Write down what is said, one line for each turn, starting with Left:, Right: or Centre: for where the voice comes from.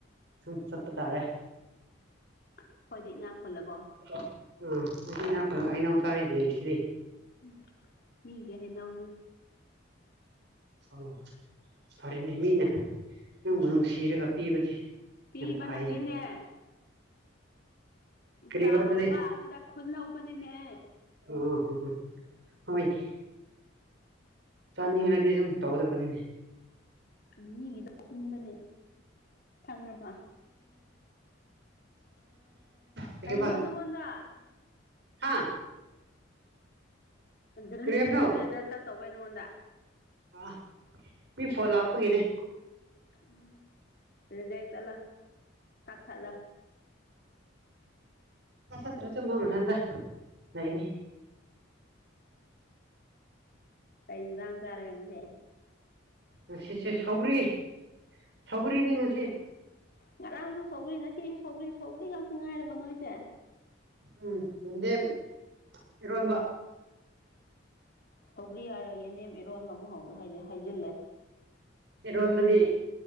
Right: ꯁꯨꯝ ꯆꯠꯄ ꯇꯥꯔꯦ
Left: <inaudible> ꯏꯅꯥꯛ ꯈꯨꯜꯂꯕꯣ
Right: ꯎꯥ ꯅꯣꯏꯁꯨ ꯏꯅꯥ ꯈꯨꯜꯂꯒꯥ ꯍꯩꯅꯧ ꯆꯥꯔꯤ ꯂꯩꯔꯤꯁꯤꯗꯤ
Left: ꯎꯝ ꯃꯤꯒꯤ ꯍꯩꯅꯧꯅꯦ
Right: ꯑꯥꯎ ꯐꯔꯦꯅꯦ ꯃꯤꯅ ꯅꯪꯕꯨ ꯅꯨꯡꯁꯤꯔꯒꯥ ꯄꯤꯕꯗꯤ
Left: ꯄꯤꯕ
Right: ꯌꯥꯝ ꯐꯩꯅꯦ
Left: ꯅꯠꯇꯅꯦ
Right: ꯀꯔꯤꯕ
Left: ꯇꯥꯍꯧꯕ
Right: ꯑꯗꯨꯗꯤ
Left: ꯑꯗꯨꯗ ꯈꯨꯜ ꯍꯧꯕꯅꯤꯅꯦ
Right: ꯑꯣ ꯍꯣ ꯍꯣ ꯍꯣꯏꯅꯦ ꯆꯅꯤꯡꯔꯛ ꯗꯤ ꯗꯨꯝ ꯇꯧꯒꯗꯕꯅꯤꯅꯦ
Left: ꯃꯤꯒꯤꯗꯥ ꯈꯨꯟꯕꯅꯦ ꯈꯪꯉꯕ
Right: ꯀꯩꯍꯥꯏꯕ
Left: ꯀꯩꯅꯣ ꯅꯪꯉꯣꯟꯗ
Right: <inaudible> ꯍꯥ
Left: ꯗ꯭ꯔꯟ
Right: ꯀꯔꯤ ꯍꯥꯏꯕꯅꯣ
Left: ꯗꯠ <unintelligible> ꯗꯠꯇꯥ ꯇꯧꯋꯦ ꯅꯪꯉꯣꯟꯗ
Right: ꯑꯣ ꯃꯤ ꯐꯣꯟ ꯂꯥꯛꯄꯒꯤꯅꯤ
Left: ꯎꯝ ꯔꯤꯖꯦꯛ ꯆꯠꯂꯣ ꯀꯛꯊꯠꯂꯣ
Right: ꯀꯛꯊꯠꯇ꯭ꯔꯥꯁꯨ ꯃꯥ ꯃꯊꯟꯗ ꯂꯩꯅꯤ
Left: ꯀꯩ ꯏꯟꯖꯥꯡ ꯆꯥꯔꯒꯦ ꯉꯁꯤ
Right: ꯉꯁꯤꯁꯦ ꯁꯧꯒ꯭ꯔꯤ ꯁꯧꯒ꯭ꯔꯤꯅꯤ ꯉꯁꯤ
Left: ꯉꯔꯥꯡꯁꯨ ꯁꯧꯒ꯭ꯔꯤ ꯉꯁꯤꯁꯨ ꯁꯧꯒ꯭ꯔꯤ ꯁꯧꯒ꯭ꯔꯤ ꯉꯥꯛꯇꯥ ꯉꯥꯏꯔꯕꯣ ꯅꯣꯏꯁꯦ
Right: ꯎꯝ ꯌꯦꯟꯗꯦꯝ ꯏꯔꯣꯟꯕ
Left: ꯁꯧꯒ꯭ꯔꯤ ꯍꯥꯏꯔꯒ ꯌꯦꯟꯗꯦꯝ ꯏꯔꯣꯟꯕ ꯑꯃꯨꯛ ꯍꯧꯔ ꯍꯥꯏ ꯍꯥꯏꯖꯤꯜꯂꯦ
Right: ꯏꯔꯣꯟꯕꯗꯤ